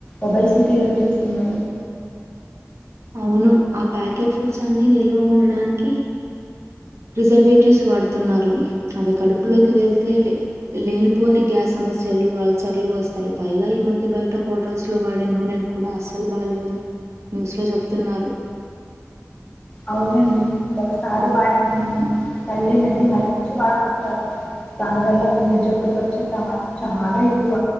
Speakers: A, on the left; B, on the right.
A: ఓబయ్ సిటీ వచ్చేస్తుందండి.
B: అవును ఆ ప్యాకెట్ ఫుడ్స్ అన్ని నిల్వ ఉండడానికి. ప్రిజర్వేటివ్స్ వాడుతున్నారు. అవి కడుపులోకి వెళ్తేలే. లేనిపోని గ్యాస్ సమస్యలు అలసర్లు వస్తాయి పైగా ఈ మ. ఐతే బయట హోటల్స్ లో వాడే నూనెలు కూడా అస్సలు బాగోలేేవని న్యూస్ లో చెప్తున్నారు.
A: అవునండి ఒకసారి వాడిన నూనెను మళ్ళీ మళ్ళీ మరిగించి వాడుకుంటారు. దాని వల్ల గుండె జబ్బులు వచ్చే ప్రమాదం చాలా ఎక్కువ.